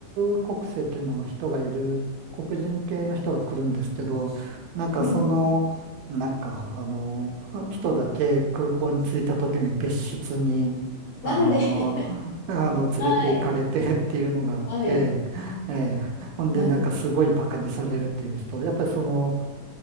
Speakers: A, on the right; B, on the left.
A: 国籍の人がいる、黒人系の人が来るんですけど、なんかその、
B: うんうん。
A: なんかあの、人だけ空港に着いた時に別室に、あの、
B: なんで <laughs>
A: あの、連れて行かれてっていうのがあって、
B: はい、はい、
A: ええ、ほんでなんかすごいバカにされるっていうんですけど、
B: まずい。
A: やっぱりその、